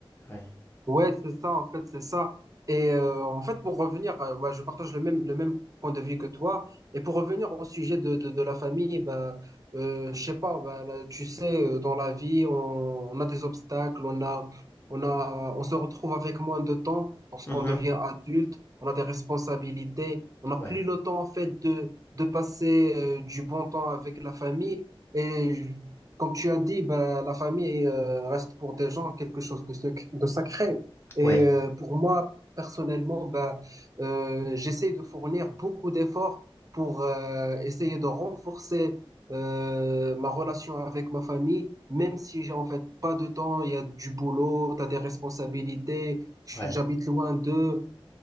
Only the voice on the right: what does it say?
Ouais, c'est ça, en fait, c'est ça. Et euh, en fait, pour revenir, euh, ouais, je partage le même, le même point de vue que toi. Et pour revenir au sujet de, de, de la famille, ben, euh, je sais pas, ben, là, tu sais, euh, dans la vie, on, on a des obstacles, on a, on a, on se retrouve avec moins de temps lorsqu'on
devient adulte, on a des responsabilités, on n'a
plus le temps, en fait, de, de passer euh, du bon temps avec la famille. Et je- comme tu as dit, ben, la famille euh, reste pour des gens quelque chose de, sec- de sacré. Et
euh, pour moi, personnellement, ben, euh, j'essaie de fournir beaucoup d'efforts pour euh, essayer de renforcer euh, ma relation avec ma famille, même si j'ai en fait pas de temps, il y a du boulot, tu as des responsabilités, je
suis- j'habite loin d'eux.